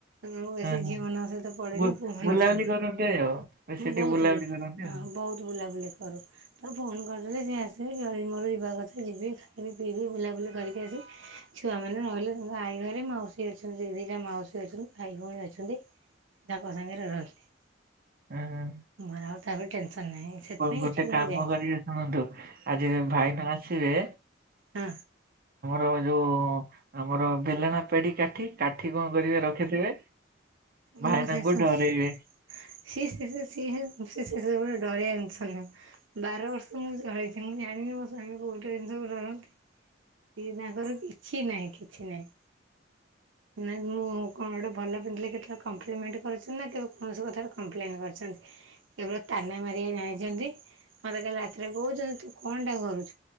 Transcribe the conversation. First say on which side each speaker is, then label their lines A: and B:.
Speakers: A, on the right; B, on the right.
A: ମୁଁ ବେଶୀ
B: ହଁ
A: ଝିଅ ମାନଙ୍କ ସହିତ ପଡ଼େନି
B: ବୁ-
A: ପୁଅ ମାନଙ୍କ
B: ବୁଲାବୁଲି
A: ସାଙ୍ଗ।
B: କରନ୍ତେ ଆଉ
A: ମୁଁ
B: ସେଠି
A: ବହୁତ
B: ବୁଲାବୁଲି
A: ହଁ ବହୁତ
B: କରନ୍ତେ
A: ।
B: ଆଉ
A: ବହୁତ ବୁଲାବୁଲି। କରୁ ତାକୁ ଫୋନ କରିଦେଲେ ସିଏ ଆସିବେ ମୋର ଯିବା କଥା ଯିବି ଖାଇବି ପିଇବି ବୁଲାବୁଲି କରିକି ଆସିବି ଘରକୁ। ଛୁଆ ମାନେ ନହେଲେ ତାଙ୍କ ଆଈ ଘରେ ମାଉସୀ ଅଛନ୍ତି ଦି ଦିଟା ମାଉସୀ ଅଛନ୍ତି। ଭାଇ ଭଉଣୀ ଅଛନ୍ତି। ସେ ତାଙ୍କ ସାଙ୍ଗରେ ରହିଲେ।
B: ହୁଁ।
A: ମୋର ଆଉ ତାପରେ ଟେନସନ ନାହିଁ ସେଥିପାଇଁ
B: ଗୋଟେ
A: ଏଠି କୁଆଡେ
B: କାମ
A: ଯାଏନି
B: କରିବେ ଶୁଣନ୍ତୁ। ଆଜି ଭାଇନା ଆସିବେ
A: ହଁ।
B: ଯୋଉଁ ଆମର ବେଲଣା ପେଡି କାଠି। କାଠି କଣ କରିବେ ରଖିଥିବେ।
A: ମୁଁ
B: ଭାଇନାଙ୍କୁ
A: ସେସବୁ
B: ଡରାଇବେ।
A: <unintelligible> ଡରିବା ଜିନିଷ ନୁହଁ। ବାର ବର୍ଷ ମୁଁ ରହିଚି, ମୁଁ ଜାଣିନି ମୋ ସାଙ୍ଗେ କୋଉ ଜିନିଷ ଡରନ୍ତି। ସେ ତାଙ୍କର କିଛି ନାହିଁ ।କିଛି ନାହିଁ। ନାଇଁ ।ମୁଁ କଣ ଗୋଟେ ଭଲ ପିନ୍ଧିଲି, କେତେବେଳେ କମ୍ପ୍ଲିମେଣ୍ଟ କରିଛନ୍ତି। ନା କୌଣସି କଥାରେ କମ୍ପ୍ଲେନ କରିଛନ୍ତି। କେବଳ ତାନା ମାରିବା ଜାଣିଛନ୍ତି। ମତେ କାଲି ରାତିରେ କହୁଛନ୍ତି। ତୁ କଣ ଟା କରୁ